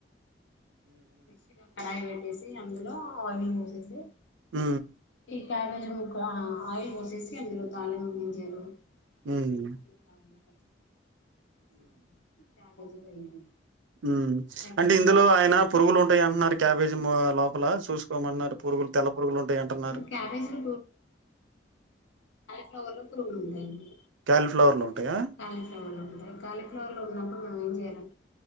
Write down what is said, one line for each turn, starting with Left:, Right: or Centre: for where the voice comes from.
Left: నెక్స్ట్ ఇంకా కడాయి పెట్టేసి అందులో ఆనియన్ వేసేసి
Right: ఉ
Left: క్యాబేజ్ ముక్కలు ఆయిల్ పోసి వేసి అందులో తాలింపు గింజలు <inaudible> <inaudible>
Right: హ్మ్.
Left: వేసిన తర్వాత ట్యాగ్ క్యాబేజీ వేయండి
Right: ఉ
Left: క్యాబేజీ
Right: అంటే ఇందులో
Left: ముక్క
Right: ఆయన పురుగులు ఉంటాయింటన్నారు క్యాబేజ్ మా లోపల చూసు కోమన్నారు పురుగులు తెల్ల పురుగులు ఉంటాయి అంటున్నారు
Left: మన క్యాబేజీలో ఫ్లవర్ లో పురుగులు ఉంటాయండి
Right: కాలీఫ్లవర్‌లో ఉంటాయా?
Left: కాలీఫ్లవర్ లో ఉంటాయి కాలీఫ్లవర్ లో ఉన్నప్పుడు మనం ఏం చేయలేం